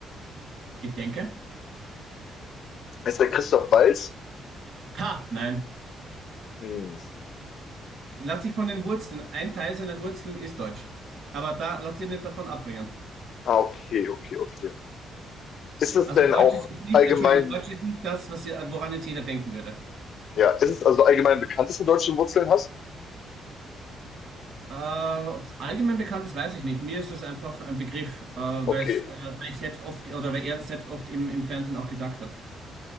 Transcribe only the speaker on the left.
Heißt der Christoph Waltz?
Hm.
Ah, okay, okay, okay. Ist es
denn
auch
allgemein,
ja, ist es also allgemein bekannt, dass du deutsche Wurzeln hast?
Okay.